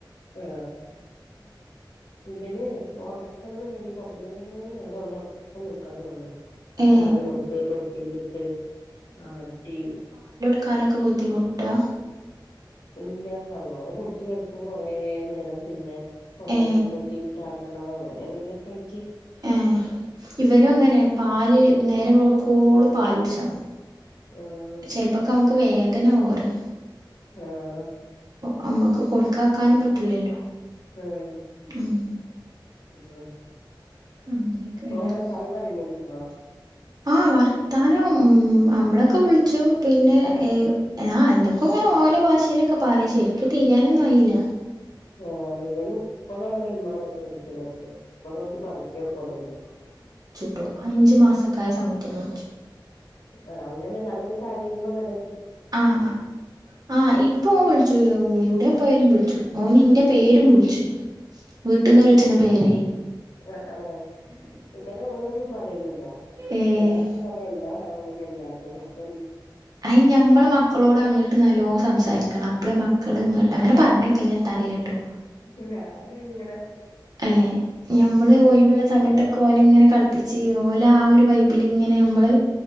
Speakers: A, on the left (about 75°); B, on the right (about 55°).
A: ആ ഇമ്പന് ഉറക്കണം ന്ന്ണ്ടെങ്കിൽ കൊറേ നേരം അവന്റെ ഒപ്പം നിൽക്കണം നമ്മള്
B: ഏ
A: പാല് കൊടുത്ത് തൊട്ടിയിലിട്ട് ആട്ടി
B: ക്കാനൊക്കെ ബുദ്ധിമുട്ടാ
A: ഇല്ല അങ്ങനെ കുടച്ച്കിടക്കും കൊറേ നേരം പിന്നെ കുറെേ
B: ഏ
A: നേരം തൊട്ടിയിലിട്ടാട്ടണം അങ്ങനെ അങ്ങനെക്കായിട്ട്
B: ഏ ഇവനും അങ്ങനെ പാല് നേരം വെളുക്കോളാം പാല് കുടിച്ചണം
A: ആഹ്
B: ചെലപ്പോക്കെ നമുക്ക് വേദന ആവും റിയ
A: ആഹ
B: ഞമ്മക് കൊടുക്കാക്കാനും പറ്റൂലല്ലോ
A: ആഹ്
B: ഉം
A: ആ
B: അങ്ങനെയൊക്കെയാണ്
A: ഓൻ വർത്താനപറയുണ്ടോ
B: അറിയ. ആഹ് വർത്താനം ഉം നമ്മളൊക്കെ ക്കെ വിളിച്ചും പിന്നെ ഏഹ്
A: ആഹ്
B: എന്തൊക്കെ ഇങ്ങനെ ഓലോ ഭാഷയിലൊക്കെ പറയും ശരിക്കും യ്ക്ക് തിരിയാനൊന്നും ആയില്ല
A: ആ ഇവന് ഇപ്പളാണ് മ്മ നൊക്കെ വിളിക്കൽ തൊടങ്ങിയെ <unintelligible>
B: ട്ടോ അഞ്ചു മാസക്കായ സമയത്തെന്നെ വിളിച്ചു
A: ആ അങ്ങനെയല്ല അതൊരു കരയുമ്പോ അങ്ങനെ
B: ആ ആ ആ ഇപ്പോ ഓൻ വിളിച്ചും എവിടെ പോയാലും വിളിച്ചും ഓൻ എന്റെ പേരും വിളിച്ചു വീട്ടീന്ന് വിളിച്ചന്റെ പേരെ.
A: ആ ആ ഇവനങ്ങനൊന്നും പറയണില്ല.
B: ഏഹ്
A: ഞാനിട്ട് പറയാ എന്താടാ മിണ്ടാട്ടും അപ്പ
B: അത് ഞമ്മൾ മക്കളോട് അങ്ങോട്ട് നല്ലോ സംസാരിക്കണം. ഇപ്പോളെ മക്കൾ ഇങ്ങോട്ട് അങ്ങെ പറഞ്ഞേക്കെ എത്ത അറിയില്ല കേട്ടോ?
A: ഇത് ഞാനിങ്ങനെ
B: ഏ ഞമ്മള് ഒഴിവുള്ള സമയത്തൊക്കെ ഓലെ ഇങ്ങനെ കളിപ്പിച്ച് ഓല ആ ഒരു വെബില് ഇങ്ങനെ നമ്മള്